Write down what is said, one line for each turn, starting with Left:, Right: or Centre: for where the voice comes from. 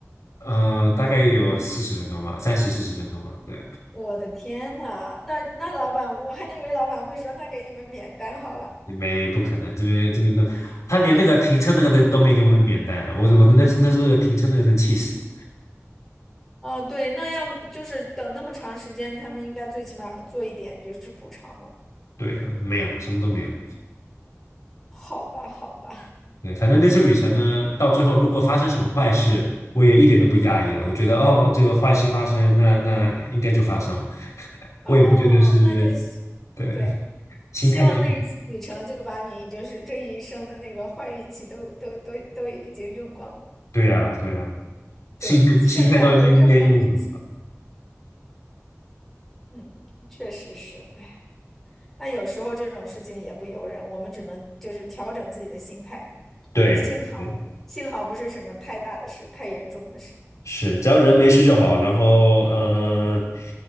Left: 嗯、呃大概有四十分钟吧，三十四十分钟吧，对，
Centre: 我的天呐，那那老板，我还以为老板会说，那给你们免单好了。
Left: 没不可能，这边这边都，他连那个停车那个都都没给我们免单，我我那时那时候那个停车那个真气死了
Centre: 哦，对，那要就是等那么长时间，他们应该最起码做一点就是补偿嘛。
Left: 对啊，没有什么都没有，
Centre: 好吧，好吧，
Left: 对，反正那次旅程呢，到最后如果发生什么坏事。我也一点都不讶异了，我觉得哦，这个坏事发生，那那应该就发生了。
Centre: 哦，
Left: 我也不觉得是，
Centre: 那就希对，
Left: 对，心态是，
Centre: 希望那一次旅程就把你就是这一生的那个坏运气都都都都已经用光了，
Left: 对呀，对呀，
Centre: 对，
Left: 心态心态都已经被用了。
Centre: 剩下的都是好运气。嗯，确实是，哎，那有时候这种事情也不由人，我们只能就是调整自己的心态。
Left: 对，
Centre: 幸好，
Left: 对，
Centre: 幸好不是什么太大的事，太严重的事。
Left: 是，只要人没事就好。然后，呃，